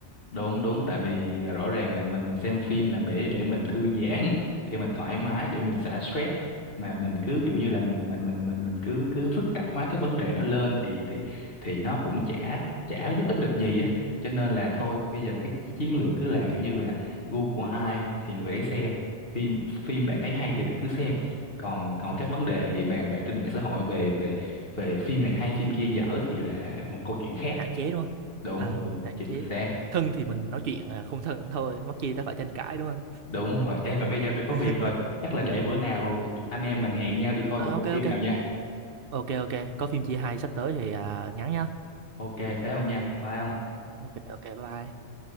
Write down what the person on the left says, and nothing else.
đúng đúng tại vì à, rõ ràng là mình xem phim là để để mình thư giãn <laughs> để mình thoải mái để mình xả stress mà mình cứ kiểu như là mình mình mình mình mình cứ cứ phức tạp hóa cái vấn đề nó lên thì thì thì nó cũng chả chả giúp ích được gì á cho nên là thôi
bây giờ cái chi- chiến lược cứ là kiểu như là gu của ai thì người đấy xem phim phim bạn thấy hay thì bạn cứ xem còn còn
các vấn đề bàn bạc trên mạng xã hội về về về phim này hay phim kia dở thì là một câu chuyện khác
đúng
đúng
chính
xác
Đúng rồi, em mà bây giờ tôi có
việc rồi. Chắc là để bữa nào anh em mình hẹn nhau đi coi
một bộ
phim
nào nha.
Ok, thế không nha? Bye ông.